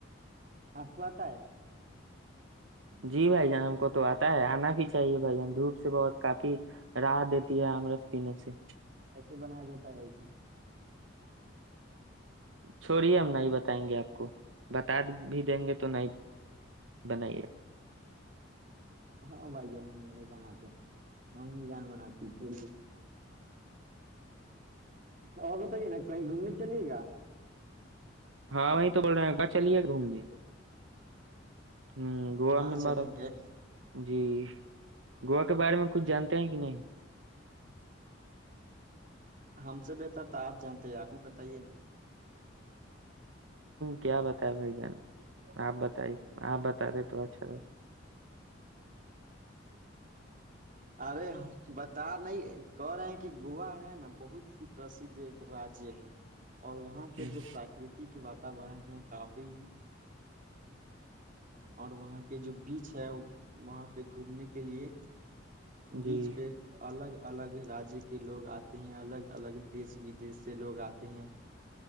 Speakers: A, on the right; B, on the right.
A: اپ کو پت ہے
B: جی بھائی جان ان کو تو اتا ہے انا بھی چاہیے بھائی جان دھوپ سے بہت کافی راہ دیتی ہے امرت پینے سے
A: کیسے بنایا جاتا ہے ایسے
B: چھوڑیے ہم نہیں بتائیں گے اپ کو بتا بھی دیں گے تو نہیں بنائی
A: ہاں بھائی جان ہم نہیں بناتے امی جان بناتے ہیں چھوڑ اور بتائیے نا کہیں گھومنے چلیے گا
B: ہاں بھئی
A: ہاں
B: چلیے گھومنے
A: چلیں گے
B: ہوں گووا
A: ہاں
B: میں
A: چلیں
B: بات
A: گے
B: جی گو کے بارے میں کچھ جانتے ہیں کہ نہیں
A: ہم سے بہتر تو اپ جانتے ہیں اپ ہی بتائیے نا
B: کیا بتایا بھائی جان اپ بتائیں اپ بتا دیں تو اچھا
A: ارے بتا نہیں گور ہیں کہ گوا ہے نہ بہت ہی پراسی دیکھ راج ہے اور وہاں کے
B: ہوں،
A: جو پراگریتی کی بات ہے کافی اور وہاں کے جو بیچ ہے وہاں پہ گھومنے کے لیے
B: جی
A: بیچ میں الگ الگ راجی کے لوگ اتے ہیں الگ ال اس ودے سے لوگ اتے ہیں